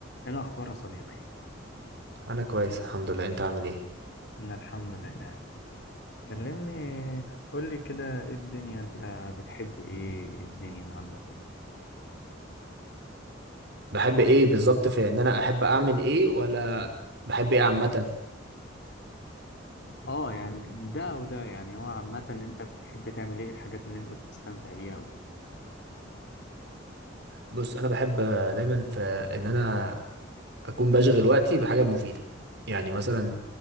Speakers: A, on the left; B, on the right.
A: ايه الاخبار يا صديقي
B: انا كويس الحمد لله انت عامل ايه
A: انا الحمد لله كلمني قول لي كده ايه الدنيا انت بتحب ايه إيه الدنيا عندك
B: بحب ايه بالظبط في ان انا احب اعمل ايه ولا بحب ايه عامه
A: اه يعني ده وده يعني هو عامة انت بتحب تعمل ايه الحاجات اللي انت بتستمتع بيها وكده
B: بص انا بحب دايما في ان انا اكون بشغل وقتي بحاجه مفيده يعني مثلا